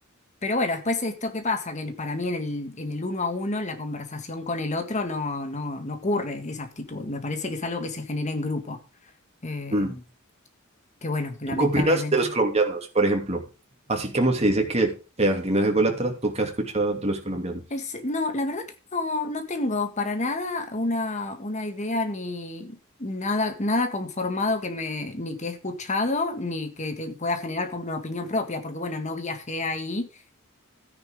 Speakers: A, on the left; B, on the right.
A: pero bueno, después esto qué pasa, que para mí en el, en el uno a uno, en la conversación con el otro, no, no, no ocurre esa actitud. Me parece que es algo que se genera en grupo. Eh,
B: Mm.
A: que bueno, lamentablemente.
B: ¿Tú qué opinas de los colombianos, por ejemplo? Así como se dice que el argentino es ególatra, ¿tú qué has escuchado de los colombianos?
A: Es- no, la verdad que no, no tengo para nada una, una idea ni nada, nada conformado que me, ni que he escuchado, ni que te pueda generar como una opinión propia, porque bueno, no viajé ahí